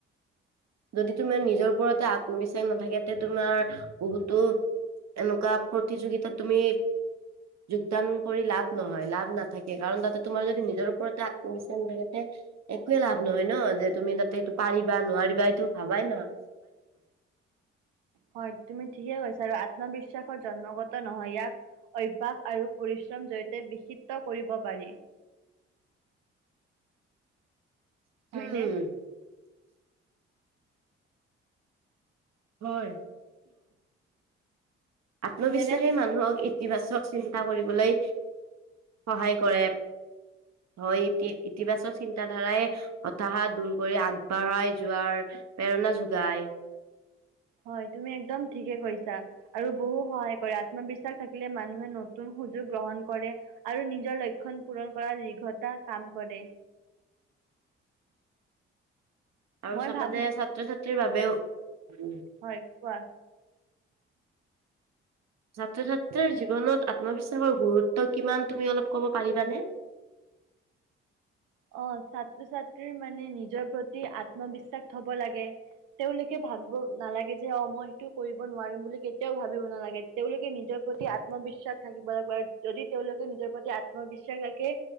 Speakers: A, on the right (about 55°); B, on the right (about 75°).
A: যদি তোমাৰ নিজৰ ওপৰতে আত্মবিশ্বাস নাথাকে তে তোমাৰ বহুতো এনেকুৱা প্ৰতিযোগিতাত তুমি যোগদান কৰি লাভ নহয়, লাভ নাথাকে। কাৰণ তাতে তোমাৰ যদি নিজৰ ওপৰতে আত্মবিশ্বাস নাথাকেতে একোৱে লাভ নহয় ন। যে তুমি তাতে এইটো পাৰিবা, নোৱাৰিবা এইটো ভাবাই নহয়।
B: হয়, তুমি ঠিকে কৈছা আৰু আ আত্মবিশ্বাসৰ জন্মগত নহয়, ইয়াক অভ্যাস আৰু পৰিশ্ৰম জড়িয়তে বিষিত কৰিব পাৰি।
A: <unintelligible>
B: হয়নে?
A: হয়। আত্মবিশ্বাসে
B: তেনে
A: মানুহক ই <unintelligible> চিন্তা কৰিবলৈ সহায় কৰে হয়, ইতি, ইতিবাচক চিন্তাধাৰাই হতাশা দূৰ কৰি আগবঢ়াই যোৱাৰ প্ৰেৰণা যোগায়।
B: হয়, তুমি একদম ঠিকে কৈছা আৰু বহু সহায় কৰে আত্মবিশ্বাস থাকিলে মানুহে নতুন সুযোগ গ্ৰহণ কৰে আৰু নিজৰ লক্ষণ পূৰণ কৰাৰ দীৰ্ঘতা কাম কৰে।
A: আৰু
B: মই
A: চাবা
B: ভাবো
A: যে, ছাত্ৰ ছাত্ৰীৰ বাবেও
B: হয় কোৱা
A: ছাত্ৰ ছাত্ৰীৰ জীৱনত আত্মবিশ্বাসৰ গুৰুত্ব কিমান, তুমি অলপ ক'ব পাৰিবানে?
B: অ', ছাত্ৰ ছাত্ৰীৰ মানে নিজৰ প্ৰতি আত্মবিশ্বাস হ'ব লাগে, তেওঁলোকে ভাবিব নালাগে যে, অ', মই সেইটো কৰিব নোৱাৰিম বুলি কেতিয়াও ভাবিব নালাগে তেওঁলোকে নিজৰ প্ৰতি আত্মবিশ্বাস থাকিব লাগিব আৰু যদি তেওঁলোকে নিজৰ প্ৰতি আত্মবিশ্বাস ৰাখে